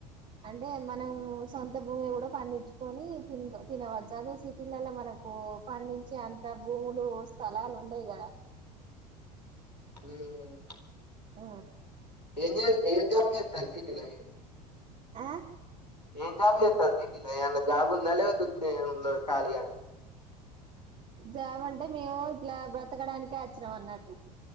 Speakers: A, on the right; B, on the left.
A: అంటే మనము సొంత భూమి లో గూడ పండించుకొని తిన్ తినవచ్చు అదే సిటీలల మనక్ ఒ పండించే అంత భూములు స్థలాలు ఉండయి గదా
B: ఉమ్మ్ మ్
A: ఆ
B: ఏం జే ఏం జాబ్ జేత్తాన్ర్ సిటీల మీరూ
A: ఆ
B: ఏం జాబ్ జేత్తారు సిటీల ఏఅన్నా జాబ్ ఉందా లేపోతే వుతీ గానే ఉన్నారా ఖాళీగా
A: జాబ్ అంటే మేము ఇట్లా బ్రతకడానికే అచ్చన అన్నటు